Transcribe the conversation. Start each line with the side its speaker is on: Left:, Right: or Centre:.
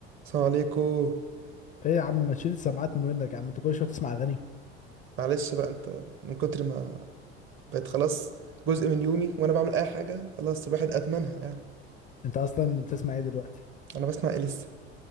Right: السلام عليكم
Left: ايه يا عم ما تشيل السماعات من ودنك يا عم انت كل شويه تسمع اغاني
Right: معلش بقى انت من كتر ما بقت خلاص جزء من يومي وانا بعمل اي حاجه خلاص الواحد ادمنها يعني
Left: انت اصلا بتسمع ايه دلوقتي
Right: انا بسمع ايه لسه